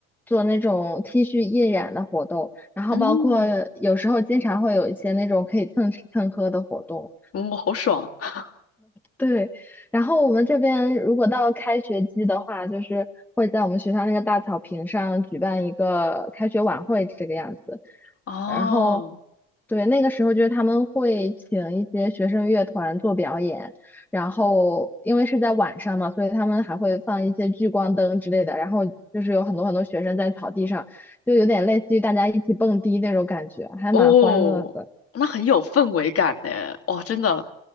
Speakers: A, in the centre; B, on the left.
A: 做那种 T 恤印染的活动，然后包括有时候经常会有一些那种可以蹭吃蹭喝的活动。
B: 嗯，嗯我好爽 <laughs>
A: 对，然后我们这边如果到开学季的话，就是会在我们学校那个大草坪上举办一个开学晚会这个样子。
B: 哦！
A: 然后，对，那个时候就是他们会请一些学生乐团做表演，然后因为是在晚上嘛，所以他们还会放一些聚光灯之类的。然后就是有很多很多学生在草地上，就有点类似于大家一起蹦迪那种感觉，还蛮欢乐的。
B: 哦，那很有氛围感呢。哦，真的，